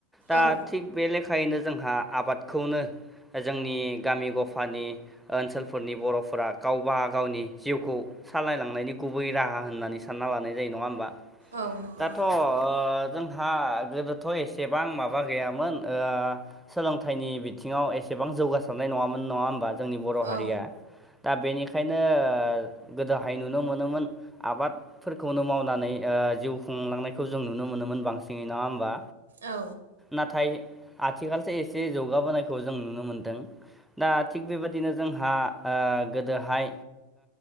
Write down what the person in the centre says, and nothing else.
दा
थिग बे लेखायैनो जोंहा आबादखौनो। जोंनि गामि गफानि ओनसोलफोरनि बर'फोरा गावबा गावनि जिउखौ सालायलांनायनि गुबै राहा होननानै सानना लानाय जायो नङा होमबा।
दाथ' जोंहा गोदोथ' एसेबां माबा गैयामोन। सोलोंथाइनि बिथिङाव एसेबां जौगासारनाय नङामोन नङा होमबा। जोंनि बर' हारिया
दा बेनि। ओंखायनो गोदोहाय नुनो मोनोमोन आबाद। फोरखौनो मावनानै जिउ खुंलांनायखौ जों नुनो मोनोमोन बांसिनै नङा होमबा।
नाथाय आथिखालसो एसे जौगाबोनायखौ जों नुनो मोन्दों। दा थिग बेबायादिनो जोंहा गोदोहाय।